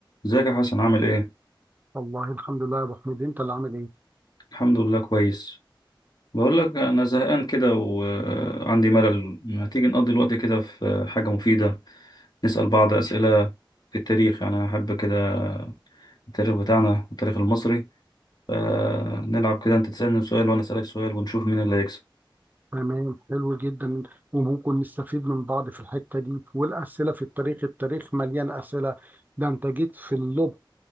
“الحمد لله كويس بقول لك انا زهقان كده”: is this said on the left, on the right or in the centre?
Left